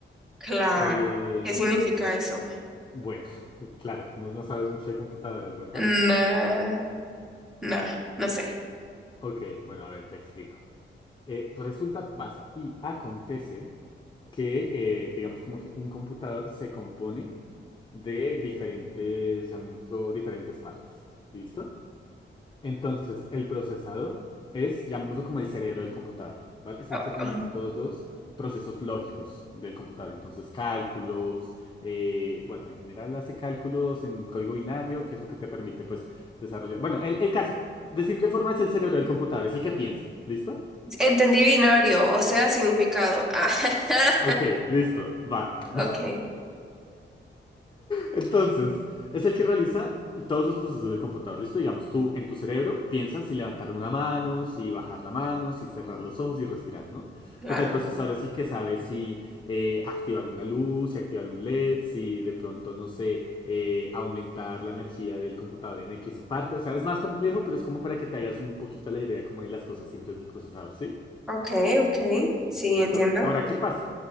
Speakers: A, in the centre; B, on the left.
A: Claro,
B: Em,
A: ¿qué significa eso?
B: bueno, <laughs> claro, no, no sabes mucho de computadoras, ¿verdad?
A: Nah, no, no sé.
B: Ok, bueno, a ver, te explico. Eh, resulta, pasa y acontece que, eh, digamos, como que un computador se compone de diferentes, llamémoslo, diferentes partes. ¿Listo? Entonces, el procesador es, llamémoslo como el cerebro del computador, ¿vale? Es
A: Oh,
B: el que realiza
A: oh.
B: todos los procesos lógicos del computador. Entonces, cálculos, eh, bueno, en general hace cálculos en código binario, que es lo que te permite, pues, desarrollar. Bueno, el, el caso, de simple forma es el cerebro del computador, es el que piensa, ¿listo?
A: Entendí binario, o sea, significado. <laughs>
B: Ok, listo, va. <laughs>
A: Ok,
B: Entonces, es el que realiza todos los procesos del computador, ¿listo? Digamos, tú en tu cerebro piensas si levantar una mano, si bajar la mano, si cerrar los ojos y respirar, ¿no?
A: claro.
B: Pues el procesador es el que sabe si eh, activar una luz, si activar un LED, si de pronto, no sé, eh, aumentar la energía del computador en X parte. O sea, es más complejo, pero es como para que te hagas un poquito la idea como de las cosas simples del procesador, ¿sí?
A: Ok, ok, sí,
B: ¿Listo?
A: entiendo.
B: Ahora, ¿qué pasa?